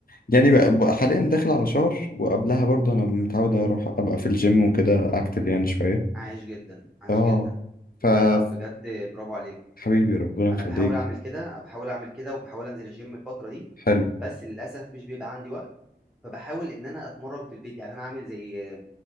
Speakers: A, on the left (about 55°); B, in the centre.
A: يعني بقى بقى حاليا داخل على شهر وقبلها برضو انا متعود اروح ابقى في الجيم وكده اكتف يعني شوية
B: عايش جدا عايش
A: اه
B: جدا
A: ف
B: لا لا بجد برافو عليك
A: حبيبي ربنا يخليك
B: انا بحاول اعمل كده بحاول اعمل كده وبحاول انزل الجيم الفترة دي
A: حلو
B: بس للاسف مش بيبقى عندي وقت فبحاول ان انا اتمرن في البيت يعني انا عامل زي